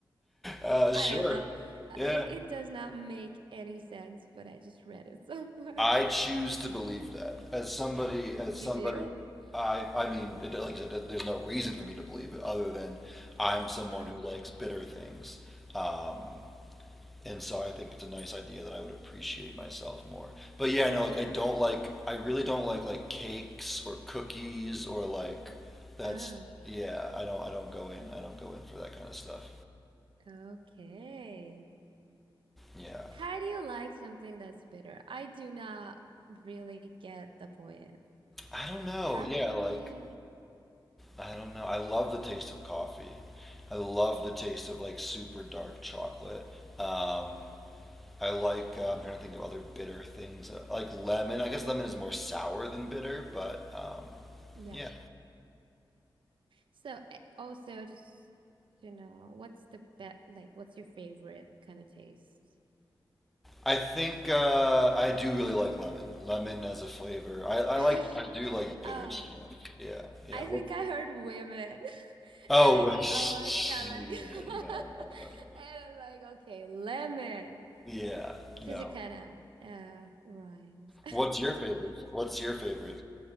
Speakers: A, in the centre; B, on the right.
A: Uh, sure.
B: I don't know.
A: Yeah.
B: I mean, it does not make any sense, but I just read it somewhere.
A: I choose
B: <laughs>
A: to believe that. As somebody, as
B: You
A: somebody,
B: do?
A: I, I mean, it, like I said, there- there's no reason for me to believe it other than I'm someone
B: Oh,
A: who likes bitter things. Um, And so I think it's a nice idea that I would appreciate myself more. But yeah, I know like I don't like I really don't like like cakes or cookies or like that's
B: oh,
A: yeah, I don't I don't go in. I don't go in for that kind of stuff.
B: okay.
A: Yeah.
B: How do you like something that's bitter? I do not really get the point.
A: I don't know.
B: How
A: Yeah,
B: can
A: like
B: you?
A: I don't know. I love the taste of coffee. I love the taste of like super dark chocolate. Um, I like uh, I'm trying to think of other bitter things. Uh, like lemon. I guess lemon is more sour than bitter, but um,
B: Yep.
A: yeah,
B: So, eh, also, just, you know, what's the best, like, what's your favorite kind of taste?
A: I think uh, I do really like lemon. Lemon as a flavor. I, I
B: <laughs>
A: like I do like bitter
B: Oh,
A: stuff. Yeah, yeah.
B: I think
A: What?
B: I heard women.
A: Oh,
B: And then,
A: wait,
B: oh, I got
A: yeah,
B: like,
A: no,
B: <laughs>
A: no, no, no, no. no.
B: and I'm like, okay, lemon,
A: Yeah,
B: because
A: no.
B: it kind of uh rhymes.
A: What's your favorite? What's your favorite